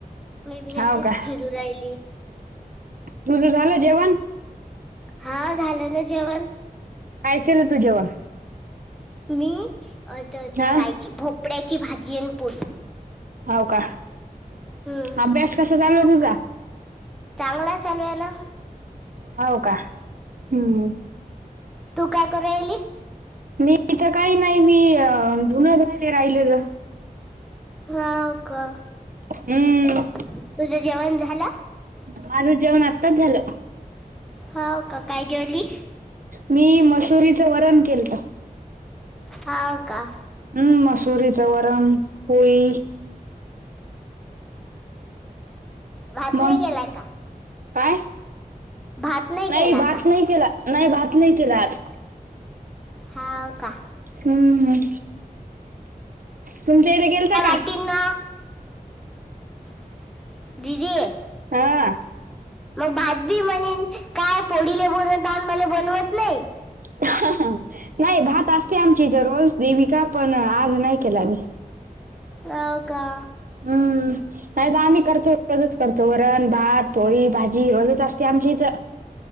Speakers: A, in the centre; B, on the right.
A: मी बी
B: हाव
A: अशीच
B: का
A: फिरू राहिली.
B: तुझं झालं जेवण?
A: हा. झालं ना जेवण.
B: काय केलं तु जेवण?
A: मी त ते
B: हा
A: कायची भोपड्याची भाजी आणि पोळी.
B: होव का?
A: हम्म.
B: अभ्यास कसा चालू
A: तू
B: आहे तुझा
A: चांगला चालू आहे ना.
B: होव का? हम्म.
A: तू काय करू राहिली
B: मी इथं काही नाही. मी धुन धुवू राहिले ग.
A: हाव का?
B: हम्म
A: तुझं जेवण झालं?
B: माझ जेवण आत्ताच झालं.
A: हाव का? काय जेवली?
B: मी मसुरीच वरण केलत.
A: हाव का?
B: हम्म. मसुरीचा वरण पोळी.
A: भात
B: मग
A: नाही केला का?
B: काय?
A: भात
B: नाही
A: केला
B: भात
A: का
B: नाही केला. नाही भात नाही केला आज.
A: हाव का?
B: हम्म तुमच्या इथे केलता का?
A: <unintelligible> दीदीए.
B: हा.
A: मग भात बी म्हणेन काय पोडीले बोनवतान मला बोनवत नाही.
B: <unintelligible> नाही भात असते आमच्या इथं रोज देविका पण आज नाही केला मी.
A: हाव का?
B: हम्म नाही तर आम्ही करतो रोजच करतो वरण, भात, पोळी भाजी रोजच असते आमच्या इथं.